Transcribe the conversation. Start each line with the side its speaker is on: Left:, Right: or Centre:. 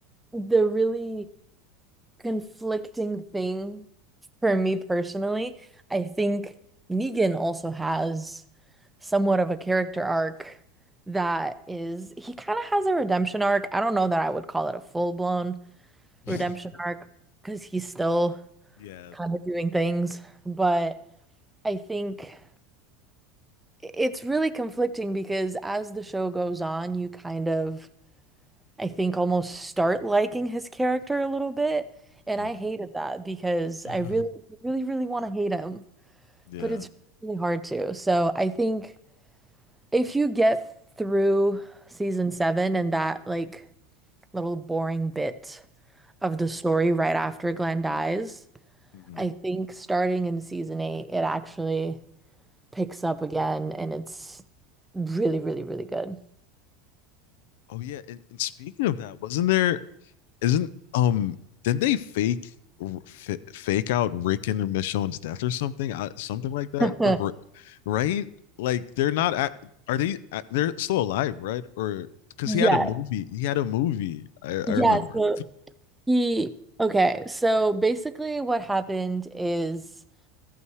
Centre: the really conflicting thing for me personally. I think Negan also has somewhat of a character arc that is, he kind of has a redemption arc. I don't know that I would call it a full-blown
Left: <laughs>
Centre: redemption arc because he's still
Left: Yeah.
Centre: kind of doing things, but I think it's really conflicting because as the show goes on, you kind of I think almost start liking his character a little bit. And
Left: Mhm.
Centre: I hated that because
Left: <laughs>
Centre: I really, really, really want to hate him,
Left: Yeah.
Centre: but it's really hard to. So I think if you get through season seven and that like little boring bit of the story right after Glenn dies,
Left: hmm
Centre: I think starting in season eight, it actually picks up again and it's really, really, really good.
Left: Oh yeah, and, and speaking of that, wasn't there isn't um didn't they fake r- f- fake out Rick and Michonne's death or something I, something like that
Centre: <laughs>
Left: or, right like they're not at? are they act- they're still alive right or because
Centre: Yeah.
Left: he had a movie he had a movie I, I
Centre: Yeah.
Left: remember
Centre: So He okay, so basically what happened is